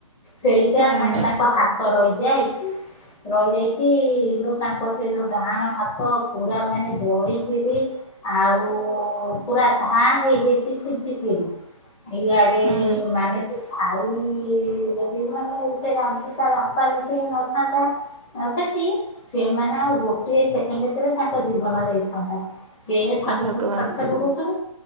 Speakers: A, on the left (about 20°); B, on the right (about 75°).
A: ସେଇଟା
B: ହୁଁ।
A: ମାନେ ତାଙ୍କ ହାତ ରହିଯାଏ କି ରହିଯାଇଛି ଲ ତାଙ୍କ ସେ ଯୋଉ ଡାହାଣ ହାତ ପୁରା ମାନେ ଜଳିକିରି ଆଉ ପୁରା ଘା ହେଇଯାଇଛି ଫୁଟିକରି ହିଆଡେ
B: ହୁଁ
A: ମାନେ? ଆଉ <unintelligible> ତା ବାପା ଯଦି ନଥାନ୍ତା ସେଠି ସେମାନେ ଆଉ ଗୋଟିଏ ସେକେଣ୍ଡ ପରେ ତାଙ୍କ ଜୀବନ ଯାଇଥାନ୍ତା। <unintelligible>
B: ହେ ଭଗବାନ